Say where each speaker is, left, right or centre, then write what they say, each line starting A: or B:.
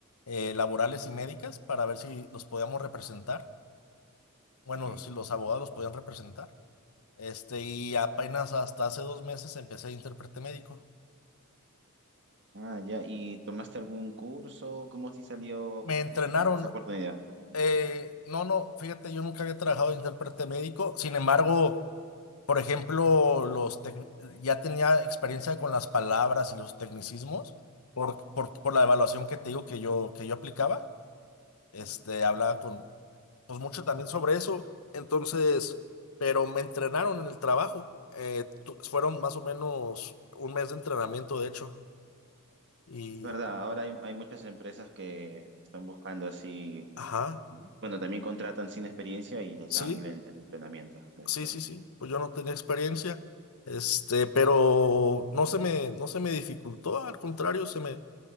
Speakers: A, on the left; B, on the right.
A: eh, laborales y médicas para ver si los podíamos representar. Bueno,
B: Ok.
A: si los abogados los podían representar. Este, y apenas hasta hace dos meses empecé de intérprete médico.
B: Ah, ya. ¿Y tomaste algún curso? ¿Cómo así salió
A: Me entrenaron.
B: eh, esa oportunidad?
A: eh, no, no, fíjate, yo nunca había trabajado de intérprete médico. Sin embargo. Por ejemplo, los tec- ya tenía experiencia con las palabras y los tecnicismos por, por, por la evaluación que te digo que yo, que yo aplicaba. Este,
B: Claro.
A: hablaba con, pues mucho también sobre eso. Entonces, pero me entrenaron en el trabajo. Eh, tu- fueron más o menos un mes de entrenamiento, de hecho. Y,
B: Verdad, ahora hay, hay muchas empresas que están buscando así
A: ajá,
B: Y, Bueno, también contratan sin experiencia y les
A: sí,
B: dan el, el entrenamiento, es
A: sí,
B: verdad.
A: sí, sí. Pues yo no tenía experiencia. Este, pero no se me, no se me dificultó, al contrario, se me